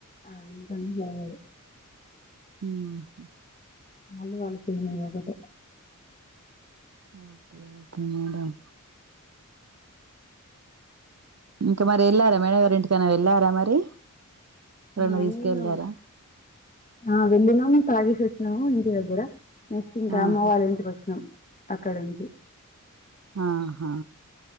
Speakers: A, on the left; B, on the right.
A: అంత అన్ని <unintelligible>
B: మ్మ్
A: వాళ్ళు వాళ్ళ ఫీలింగ్ ఒకటే
B: ఓకే మేడం ఇంకా మరి వెళ్ళారా మేడం గారి ఇంటికి అయిన వెల్ ఎల్లారా మరి ఎవరన్నా
A: ఆ
B: తీసుకెళ్ళారా
A: నేను ఆ వెళ్ళినము తాగేసి వస్ నవ్ ఇంటి దగ్గిర నెక్స్ట్ ఇంకా
B: ఆహా
A: అమ్మ వాళ్ళంటికి వచ్చాం అక్కడ ఉంది
B: ఆహా